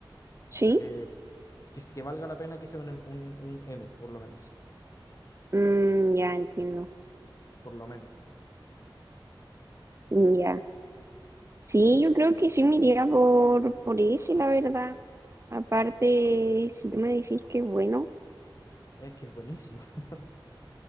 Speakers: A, on the right; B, on the left.
A: ¿Sí?
B: eh, que, sí que valga la pena que sea un, M- un, un M, por lo menos.
A: Mm, ya entiendo.
B: Por lo menos. po, weón.
A: Ya. Sí, yo creo que sí me iría por, por ese, la verdad. Aparte, si tú me decís que es bueno,
B: Es que es buenísimo, <laughs>